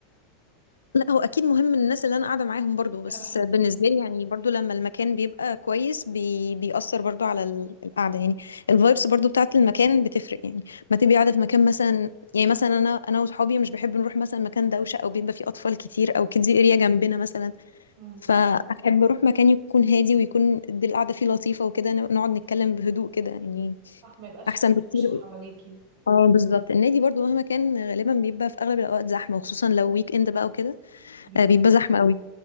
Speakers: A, on the left (about 90°); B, on the right (about 55°).
A: لا هو أكيد مهم الناس اللي أنا قاعدة معاهم برضو بس
B: انا بحس
A: بالنسبة
B: كده
A: لي يعني برضو لما المكان بيبقى كويس بي بيأثر برضو على ال- القعدة يعني الفايبس برضو بتاعة المكان بتفرق يعني ما تبقي قاعدة في مكان مثلا يعني مثلا أنا أنا وصحابي مش بحب نروح مثلا مكان دوشة أو بيبقى فيه أطفال كتير أو كيدز اريا جنبنا مثلا
B: مم.
A: فأحب أروح مكان يكون هادي ويكون دي القعدة فيه لطيفة وكده ن- نقعد نتكلم بهدوء كده يعني
B: صح ما يبقاش
A: أحسن
B: في
A: بكتير
B: دوشة حواليكي
A: اه بالظبط النادي برضو مهما كان غالبا بيبقى في أغلب الأوقات زحمة وخصوصا لو ويك إند بقى وكده
B: بيبقى
A: آه، بيبقى زحمة قوي